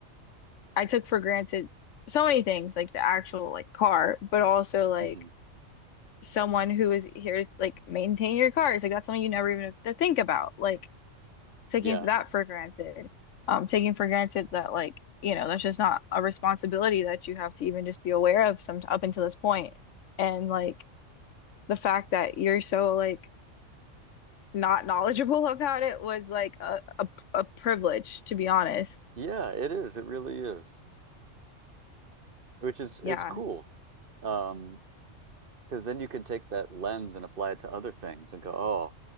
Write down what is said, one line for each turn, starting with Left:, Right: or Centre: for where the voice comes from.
Left: I took for granted so many things, like the actual like car, but also like
Right: mhm.
Left: someone who is here to like maintain your cars. Like that's something you never even have to think about. Like taking
Right: Yeah.
Left: that for granted. Um, taking for granted that like, you know, that's just not a responsibility that you have to even just be aware of some up until this point. And like the fact that you're so like not knowledgeable <laughs> about it was like a a, a privilege, to be honest.
Right: Yeah, it is. It really is. Which is it's
Left: Yeah.
Right: cool. Um, because then you can take that lens and apply it to other things and go, oh,